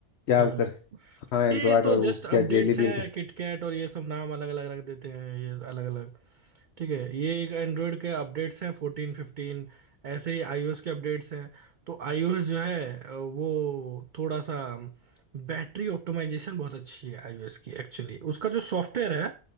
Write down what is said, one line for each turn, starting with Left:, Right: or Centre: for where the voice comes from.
Left: क्या
Right: हम्म
Left: कर हाँ एंड्रॉयड
Right: ये तो
Left: और वो
Right: जस्ट अपडेट्स
Left: क्या जेली बीन
Right: हैं
Left: का
Right: किटकैट और ये सब नाम अलग अलग रख देते हैं ये अलग अलग ठीक है ये एक एंड्रॉयड के अपडेट्स हैं फोर्टीन फिफ्टीन ऐसे ही आईओएस के अपडेट्स हैं तो आईओएस जो है अ, वो थोड़ा सा बैटरी ऑप्टिमाइजेशन बहुत अच्छी है आईओएस की एक्चुअली उसका जो सॉफ्टवेयर है